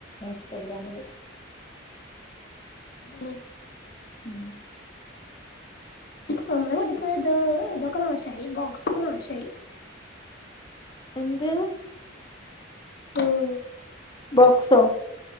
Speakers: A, on the left; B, on the left.
A: ഇൻസ്റ്റഗ്രാമില്
B: മ്
A: ഉം
B: നമ്മളടുത്ത് ഇത് ഇതൊക്കെ നാശായി ബോക്സൊക്കെ നാശായി
A: എന്ത്?
B: ഉം
A: ബോക്സോ?